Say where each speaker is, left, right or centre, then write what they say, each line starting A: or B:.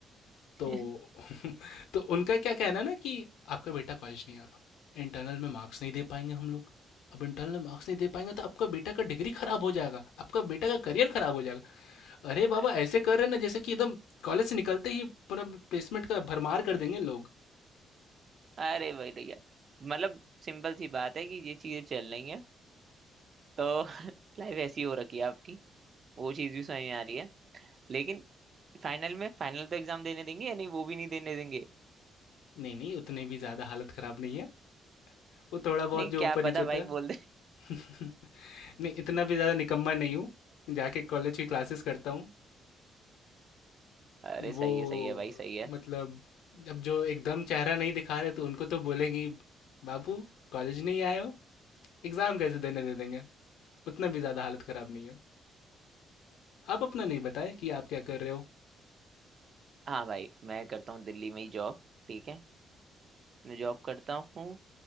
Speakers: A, on the left; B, on the right.
A: तो
B: है <laughs>
A: <laughs> तो उनका क्या कहना है ना कि आपका बेटा कॉलेज नहीं आ रहा इंटरनल में मार्क्स नहीं दे पाएंगे हम लोग अब इंटरनल में मार्क्स नहीं दे पाएंगे तो आपका बेटा का डिग्री खराब हो जाएगा आपका बेटा का करियर खराब हो जाएगा अरे
B: अ-
A: बाबा ऐसे कर रहे हैं ना जैसे कि एकदम कॉलेज से निकलते ही पूरा प्लेसमेंट का भरमार कर देंगे लोग
B: अरे भाई भैया मतलब सिंपल सी बात है कि ये चीजें चल रही हैं तो <laughs> लाइफ ऐसी हो रखी है आपकी वो चीज भी समझ में आ रही है लेकिन फाइनल में फाइनल तो एग्जाम देने देंगे या नहीं वो भी नहीं देने देंगे
A: नहीं नहीं उतनी भी ज़्यादा हालत ख़राब नहीं है वो थोड़ा बहुत
B: नहीं
A: जो
B: क्या
A: ऊपर नीचे
B: पता
A: होता
B: भाई बोल दे
A: है <laughs> नहीं इतना भी ज़्यादा निकम्मा नहीं हूँ जाके कॉलेज की क्लासेस करता हूँ
B: <laughs> अरे सही
A: वो
B: है सही है भाई सही है
A: मतलब अब जो एकदम चेहरा नहीं दिखा रहे तो उनको तो बोलेंगी बाबू कॉलेज नहीं आए हो एग्ज़ाम कैसे देने दे देंगे उतना भी ज़्यादा हालत ख़राब नहीं है आप अपना नहीं बताए कि आप क्या कर रहे हो
B: हाँ भाई मैं करता हूँ दिल्ली में ही जॉब ठीक है मैं जॉब करता हूँ